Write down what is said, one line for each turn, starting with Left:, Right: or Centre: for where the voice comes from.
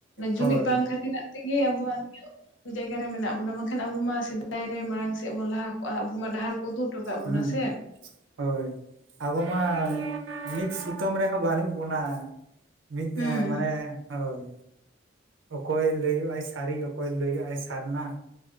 Left: ᱡᱩᱢᱤᱫ
Right: ᱦᱳᱭ
Left: ᱵᱟᱝ ᱠᱷᱟᱹᱛᱤᱨᱟᱜ ᱛᱮᱜᱮ ᱟᱵᱚᱣᱟᱜ ᱱᱤᱭᱟᱹ ᱡᱟᱭᱜᱟ ᱨᱮ ᱢᱮᱱᱟᱜ ᱵᱚᱱᱟ ᱵᱟᱝᱠᱷᱟᱱ ᱟᱵᱚ ᱢᱟ ᱥᱮᱫᱟᱭ ᱨᱮ ᱢᱟᱲᱟᱝ ᱥᱮᱫ ᱵᱚᱱ ᱞᱟᱦᱟ ᱠᱚᱜᱼᱟ ᱟᱵᱚ ᱰᱟᱦᱟᱨ ᱩᱫᱩᱜ ᱦᱚᱴᱚ ᱠᱟᱜ ᱵᱚᱱᱟ
Right: ᱦᱩᱸ
Left: ᱥᱮ᱾
Right: ᱦᱳᱭ ᱟᱵᱚ ᱢᱟ ᱢᱤᱫ ᱥᱩᱛᱟᱹᱢ ᱨᱮᱦᱚᱸ ᱵᱟᱹᱱᱩᱜ ᱵᱚᱱᱟ᱾ ᱢᱤᱫ
Left: ᱦᱩᱸ
Right: ᱢᱟᱱᱮ ᱦᱳᱭ᱾ ᱚᱠᱚᱭ ᱞᱟᱹᱭᱚᱜᱼᱟᱭ ᱥᱟᱹᱨᱤ ᱚᱠᱚᱭ ᱞᱟᱹᱭᱚᱜᱼᱟᱭ ᱥᱟᱨᱱᱟ᱾